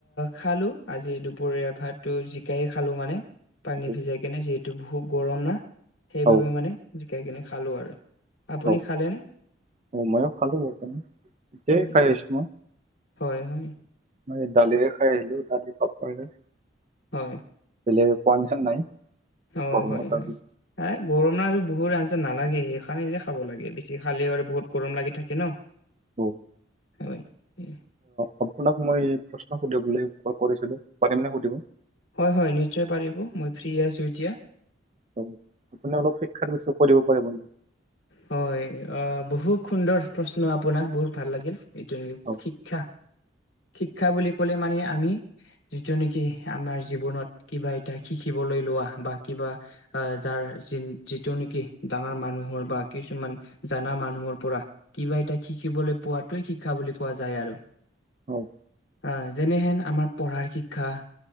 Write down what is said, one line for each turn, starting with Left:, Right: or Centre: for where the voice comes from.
Left: খালো। আজি দুপৰীয়া ভাতটো জিকাই খালোঁ মানে। পানী
Right: অ',
Left: ভিজাই কিনে যিহেতু বহুত গৰম না সেইবাবে
Right: অ',
Left: মানে জিকাই কিনে খালো আৰু আপুনি
Right: অ',
Left: খালেনে?
Right: অ', মইও খালো এতিয়া
Left: হয়,
Right: খাই আছোঁ মই
Left: হয়, হয়।
Right: মই দালিৰে খাই আহিলো দালি পাপৰ খে
Left: হয়।
Right: <unintelligible>
Left: অ',
Right: গৰমৰ
Left: হয়
Right: কাৰণে।
Left: হয়। এ, গৰম ন আৰু বহুত আঞ্জা নালাগে। এখনে যে খাব লাগে, বেছি খালেও আৰু বহুত গৰম লাগি থাকে ন।
Right: অ'
Left: <unintelligible>
Right: অ'আপোনাক মই প্ৰশ্ন সুধিবলৈ কল কৰিছিলো পাৰিম নে সুধিবলৈ?
Left: হয়, হয় নিশ্চয় পাৰিব, মই ফ্ৰী আছো এতিয়া।
Right: অ' আপুনি অলপ শিক্ষাৰ বিষয় কৰিব পাৰিবনে।
Left: হয়, অ' বহুত সুন্দৰ প্ৰশ্ন আপোনাৰ বহুত ভাল লাগিল। এইটোক
Right: অ',
Left: শিক্ষা, শিক্ষা বুলি ক'লে মানে আমি। যিটো নেকি আমাৰ জীৱনত কিবা এটা শিকিবলৈ লোৱা বা কিবা। আহ যাৰ যি যিটো নেকি ডাঙৰ মানুহৰ বা। কিছুমান জানা মানুহৰ পৰা। কিবা এটাক শিকিবলৈ পোৱাতোৱে শিক্ষা বুলি কোৱা যায় আৰু।
Right: হয়।
Left: অ' যেনেহেন আমাৰ পঢ়াৰ শিক্ষা।